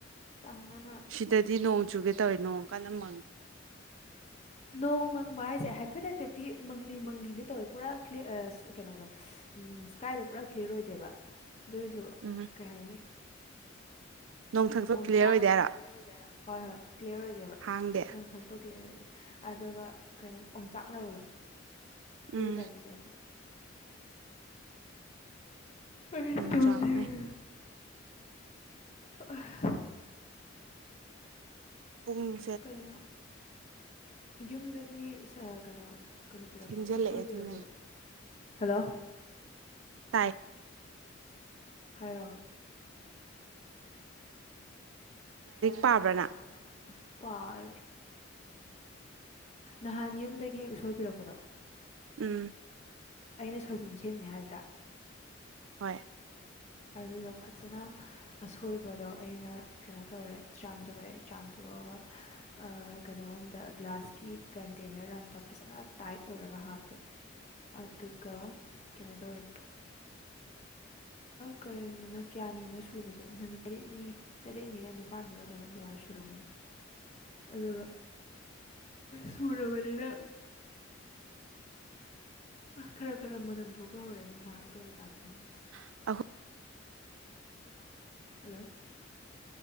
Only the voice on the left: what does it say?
ꯇꯥꯟꯃꯅ
ꯅꯣꯡ ꯃꯪꯕ ꯍꯥꯏꯁꯦ ꯍꯥꯏꯐꯦꯠ ꯍꯥꯏꯐꯦꯠꯇꯤ ꯃꯪꯂꯤ ꯃꯪꯂꯤꯅꯦ ꯇꯧꯋꯦ ꯄꯨꯔꯥꯂꯤꯌꯥ ꯀꯩꯅꯣꯗꯣ ꯁ꯭ꯀꯥꯏꯗ ꯄꯨꯔꯥ ꯀ꯭ꯂꯤꯌꯥꯔ ꯑꯣꯏꯗꯦꯕ ꯑꯗꯨꯑꯣ ꯑꯣꯏꯔꯁꯨ
ꯀꯩ ꯍꯥꯏꯅꯤ
ꯑꯣꯝ
ꯆꯥꯛ
ꯑꯗꯨꯝ
ꯀ꯭ꯂꯤꯌꯥꯔ ꯑꯣꯏꯗꯦ ꯍꯥꯏꯔ ꯐꯔꯣꯏ ꯐꯦ ꯀ꯭ꯂꯤꯌꯥꯔ ꯑꯣꯏꯗꯦꯕ
ꯅꯪ ꯊꯛꯇꯣ ꯀ꯭ꯂꯤꯌꯥꯔ ꯑꯣꯏꯗꯦ ꯑꯗꯨꯒ ꯀꯩꯅꯣ ꯑꯣꯝꯆꯥꯛꯅꯕꯗꯣ ꯑꯗꯨꯒꯤ
ꯇꯥꯏꯞꯇ ꯇꯧꯋꯤ ꯇꯧꯋꯤ ꯑꯩ
ꯇꯨꯝꯅꯤꯡꯉꯦ <unintelligible>
ꯀꯩꯅꯣ ꯌꯨꯝꯗꯒꯤ ꯀꯩꯅꯣ ꯀꯩꯅꯣ ꯄꯤꯔꯛꯄꯗꯣ
ꯎꯁꯣꯏ
ꯄꯤꯔꯛꯄꯗꯣ ꯍꯜꯂꯣ
ꯍꯥꯏꯔꯣ
ꯂꯥꯏꯔꯤꯛ
ꯄꯥꯕ꯭ꯔꯅ ꯄꯥꯔꯦ ꯅꯍꯥꯟ ꯌꯨꯝꯗꯒꯤ ꯎꯁꯣꯏ ꯄꯤꯔꯛꯄꯗꯣ
ꯑꯩꯅ ꯁꯣꯏꯕꯨꯝ ꯁꯦꯝꯅꯤ ꯍꯥꯏꯗ꯭ꯔꯥ
ꯑꯗꯨꯗꯣ ꯐꯖꯅ ꯑꯁꯣꯏꯕꯗꯣ ꯑꯩꯅ ꯀꯩꯅꯣ ꯇꯧꯔꯦ ꯆꯥꯝꯊꯣꯛꯑꯦ ꯆꯥꯝꯊꯣꯛꯑꯒ ꯀꯩꯅꯣ ꯑꯝꯗ ꯒ꯭ꯂꯥꯁꯀꯤ ꯀꯟꯇꯦꯅꯔ ꯑꯝꯗ ꯐꯖꯅ ꯇꯥꯏꯠ ꯑꯣꯏꯔꯒ ꯍꯥꯞꯄꯦ ꯑꯗꯨꯒ ꯀꯩꯅꯣ ꯇꯧꯔꯦ ꯀꯔꯤ ꯅꯨꯃꯤꯠꯅꯣ ꯀꯌꯥꯅꯤꯅꯣ ꯁꯨꯕꯁꯦ ꯅꯨꯃꯤꯠ ꯇꯔꯦꯠꯅꯤ ꯇꯔꯦꯠꯅꯤꯔ ꯅꯤꯄꯜꯅꯤꯔ ꯀꯩꯅꯣꯝ ꯑꯗꯨꯃꯥꯏꯅ ꯁꯨꯔꯝꯒꯅꯤ ꯑꯗꯨꯒ ꯁꯨꯔꯕꯅꯤꯅ ꯈꯔ ꯈꯔ ꯃꯅꯝ ꯊꯣꯛꯄ ꯍꯧꯔꯦ ꯅꯨꯡꯗꯥꯡ ꯏꯔꯣꯜꯂ ꯆꯥꯁꯤꯔꯥ
ꯍꯜꯂꯣ